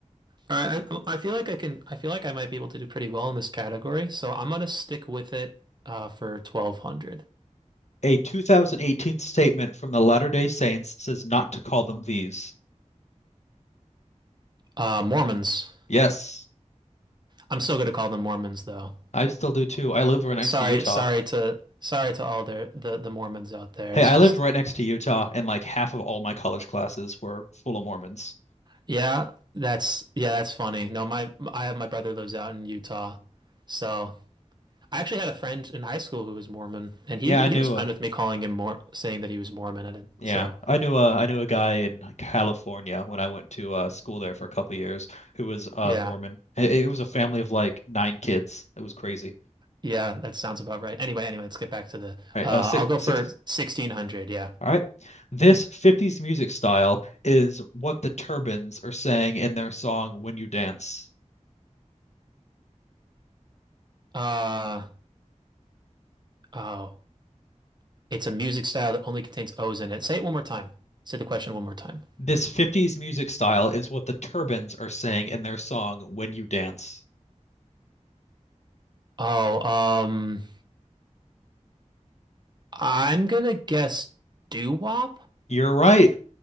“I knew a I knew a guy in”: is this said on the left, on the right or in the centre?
Left